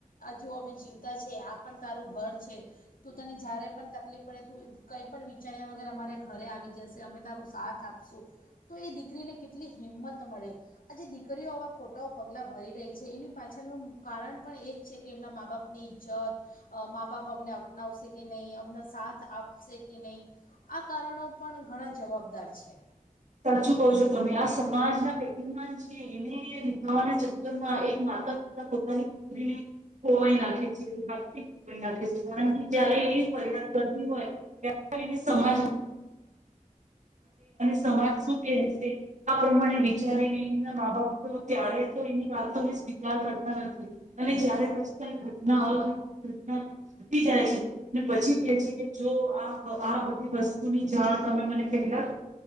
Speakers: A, on the left; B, on the right.
A: હજુ અમે જીવતા છે આ પણ તારું ઘર છે, તું તને જ્યારે પણ તકલીફ પડે તું કંઈ પણ વિચાર્યા વગર અમારે ઘરે આવી જશે અમે તારું સાથ આપશું, તો એ દીકરીને કેટલી હિંમત મળે, આ જેે દીકરીઓ આવા ખોટાઓ પગલાં ભરી રહી છે એની પાછળનું કારણ પણ એ જ છે કે એમના મા બાપ ની ઈજ્જત, મા બાપ અમને અપનાવશે કે નહીં અમને સાથ આપશે કે નહીં, આ કારણો પણ ઘણા જવાબદાર છે.
B: સાચું કહો છો તમે આ સમાજના પન છે એને નિભાવાના ચક્કર માં એક માતા પિતા પોતાની પુત્રીને ખોવાઈ નાખે છે ભક્ ખોવાઈ નાખે છે કારણ કે જયારે એ ફરિયાદ કરતી હોય ત્યારે એ સમાજ <unintelligible> સમાજ શશે આ પ્રમાણે વિચારીનેના મા બાપ ત્યારે તો એની વાતોને સ્વીકાર કરતા નથી અને જય્યારે પછી કઈ ઘટના અઘટના ઘટી જાય છે ને પછી કે છે કે જો આ આ બધી વસ્તુની જાણ તમે મને પેલા